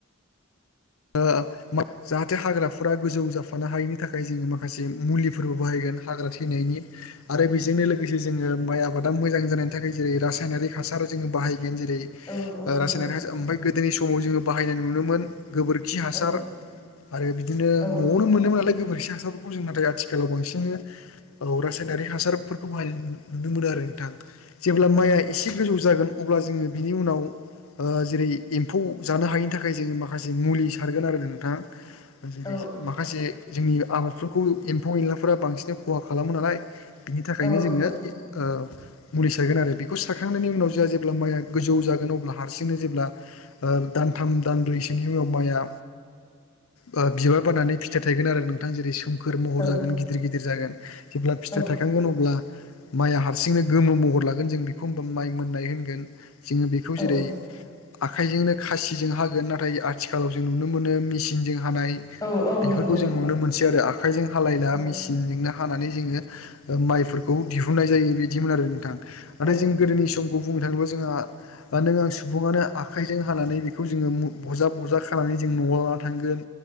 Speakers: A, on the left; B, on the left.
A: ओ जाहाथे हाग्राफोरा गोजौ जाफानो हायिनि थाखाय जोङो माखासे मुलिफोरबो बाहायगोन हाग्रा थैनायनि आरो बेजोंनो लोगोसे जोङो माइ आबादा मोजां जानायनि थाखाय जेरै रासायनारिक हासार जोङो बाहायगोन जेरै
B: औ नंगौ नोंथां
A: रासायनारि ओमफ्राय गोदोनि समाव जोङो बाहायनाय नुनो मोनोमोन खि हासार
B: औ
A: आरो बिदिनो
B: औ
A: न'आवनो मोनोमोन नालाय गोबोरखि हासारफोरखौ जों नाथाय। आथिखालाव बांसिन औ रासायनारि हासार खौहाय नुनो मोनो आरो नोंथां जेब्ला
B: औ
A: माइआ एसे गोजौ जागोन। अब्ला जोङो बिनि उनाव ओ जेरै एम्फौ जानो हायिनि थाखाय जोङो माखा से मुलि सारगोन आरो नोंथाङा जेरै
B: औ
A: माखासे जोंनि आबादफोरखौ एम्फौ एनलाफोरा बांसिन खहा खालामो नालाय बिनि थाखायनो
B: औ
A: जोङो
B: नंगौ नंगौ
A: ओ मुलि सारगोन आरो बेखौ सारखांनायनि उनाव जोंहा जेब्ला माइया गोजौ जागोन अब्ला हारसिंनो जेब्ला ओ दानथाम दानब्रैसो बिनि उनाव माइया बिबार बारनानै फिथाइ थायगोन आरो नों थां जेरै सोमखोर महर
B: औ
A: जागोन गिदिर गिदिर जागोन जेब्ला फिथाइ
B: औ
A: थायखांगोन अब्ला माइआ हारसिंनो गोमो महर लागोन जों बेखौ होनोमबा माइ मोननाय होनगोन जोङो बेखौ
B: औ
A: जेरै आखाइजोंनो खासिजों हागोन ना थाय आथिखालाव जों नुनो मोनो मेसिनजों हानाय
B: औ औ
A: बेफोरखौ
B: नंगौ
A: जों नुनो मोनसै आरो आ खायजों हालाया
B: औ
A: मेसिन जोंनो हानानै जोङो माइफोरखौ दिहुननाय जायो बिदिमोन आरो नोंथां नाथाय
B: औ
A: जों गोदोनि समखौ बुंनो थाङोब्ला जोंहा नों आं सुबुङानो आखाइजों हानानै बेखौ जोङो मु बजा बजा खानानै जों न'आव लानानै थांगोन